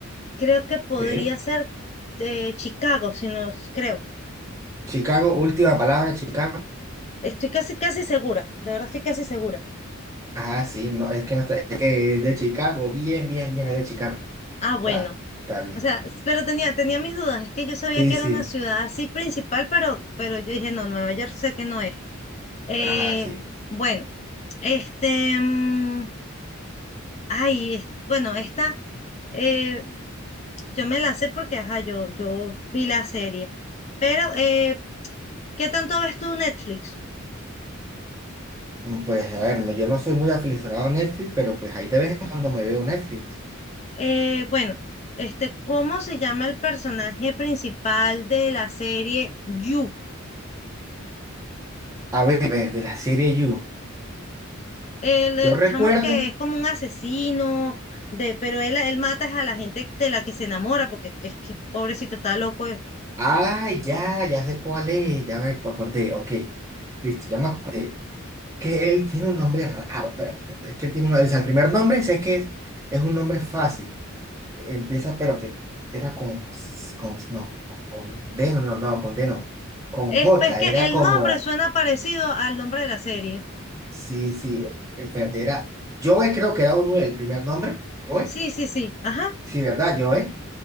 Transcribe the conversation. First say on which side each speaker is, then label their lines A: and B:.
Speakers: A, on the left; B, on the right.
A: Creo que podría
B: sí.
A: ser de Chicago, si no, creo.
B: Chicago, última palabra, Chicago.
A: Estoy casi, casi segura, de verdad estoy casi segura.
B: Ajá, sí, no, es que no está, es que es de Chicago, bien, bien, bien, es de Chicago.
A: Ah, bueno.
B: Está, está bien.
A: O sea, s- pero tenía, tenía mis dudas, es que yo sabía
B: Sí,
A: que era
B: sí,
A: una ciudad así principal, pero, pero yo dije, no, Nueva York sé que no es. Eh,
B: ajá, sí.
A: bueno, este, mm, ay, es- bueno, esta, eh, yo me la sé porque, ajá, yo, yo vi la serie. Pero, eh, ¿qué tanto ves tú Netflix?
B: Mm, Pues a ver, no, yo no soy muy aficionado a Netflix, pero pues ahí de vez en cuando me veo Netflix.
A: Eh, bueno, este, ¿cómo se llama el personaje principal de la serie You?
B: A ver, a ver, de la serie You.
A: El,
B: Yo
A: el
B: recuerdo.
A: chamo que es como un asesino, de, pero él, él mata es a la gente de la que se enamora, porque es que pobrecito está loco. eh.
B: Ah, ya, ya sé cuál es, ya me acordé, ok. Listo, ya me acordé. que él tiene un nombre raro, espérate, espérate, es que él tiene un, o sea, el primer nombre sé que es, es un nombre fácil, empieza, espérate, era con, con, no, con D, no, no, no, con D no, con
A: Es,
B: J,
A: es que
B: era
A: el
B: como,
A: nombre suena parecido al nombre de la serie.
B: sí, sí, espérate, era, Joe creo que era uno, el primer nombre, Joe,
A: Sí, sí, sí. Ajá.
B: sí, ¿verdad? Joe,